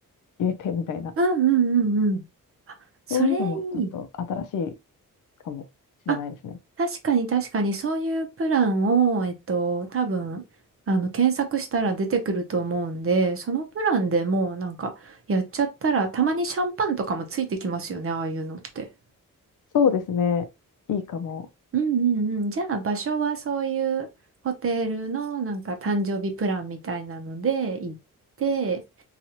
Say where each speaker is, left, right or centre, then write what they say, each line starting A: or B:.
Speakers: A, on the left; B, on the right.
A: 入れてみたいな。
B: うんうんうんうん。それいい。
A: そういうのもちょっと新しいかもしれないですね。
B: あ確かに確かにそういうプランを、えっと、多分、あの、検索したら出てくると思うんで、そのプランでもうなんか、やっちゃったら、たまにシャンパンとかもついてきますよね、ああいうのって。
A: そうですね。いいかも。
B: うんうんうん。じゃあ、場所はそういうホテルのなんか誕生日プランみたいなので行って、